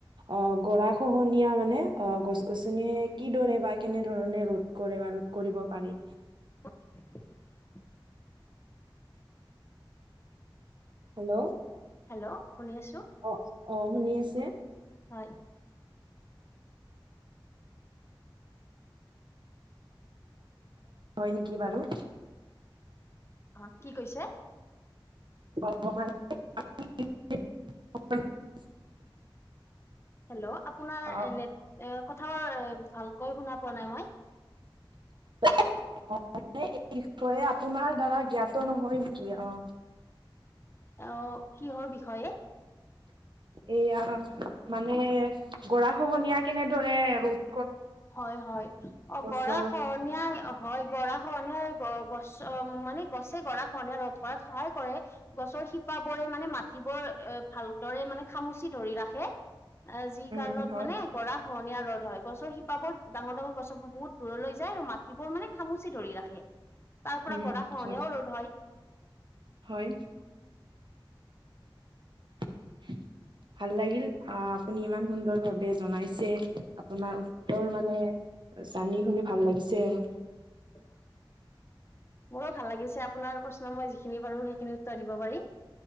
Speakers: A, on the right (about 60°); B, on the left (about 30°).
A: অ গৰা খহন নীয়া মানে অ গছ-গছনিয়ে কিদৰে বা কেনে ধৰণে ৰোধ কৰে বা ৰোধ কৰিব পাৰি
B: <inaudible>
A: হেল্ল'
B: হেল্ল' শুনি আছোঁ
A: অ অ শুনি আছো
B: হয়
A: হয় নেকি বাৰু।
B: আহ কি কৈছে।
A: <unintelligible>
B: হেল্ল' আপোনাৰ
A: অ
B: কথা ভালকৈ শুনা পোৱা নাই মই
A: <unintelligible> এই বিষয়ে আপোনাৰ দ্বাৰা জ্ঞাত নহয় নেকি? আহ
B: আহ কিহৰ বিষয়ে।
A: এয়া মানে গৰা খহনীয়া কেনেদৰে ৰদ।
B: হয় হয় অ
A: গছৰ
B: গৰা খহনীয়া হয় গৰা খনীয়া গছ মানে গছে গৰা খহনীয়া ৰ'দ কৰাত সহায় কৰে গছৰ শিপ বোৰে। মানে মাটিবোৰ এ ভালদৰে মানে খামুচি ধৰি ৰাখে। অ যি
A: উম
B: কাৰণত
A: হয়
B: মানে গৰা খহনীয়া ৰ'দ হয় গছৰ শিপা। শিপাবোৰ ডাঙৰ ডাঙৰ গছ বোৰ বহুত দূৰলৈ যায় আৰু মাটিবোৰ মানে খামুচি ধৰি ৰাখে। তাৰ পৰা
A: উম
B: গৰা খহনীয়াও
A: হয়
B: ৰ'দ হয়
A: হয়। <unintelligible> ভাল লাগিল আহ আপুনি ইমান সুন্দৰ ভাৱে জনাইছে আপোনাৰ উত্তৰ মানে জানি শুনি ভাল লাগিছে আৰু
B: <unintelligible> মোৰো ভাল লাগিছে আপোনাৰ প্ৰশ্ন মই যিখিনি পাৰো সেইখিনি উত্তৰ দিব পাৰি।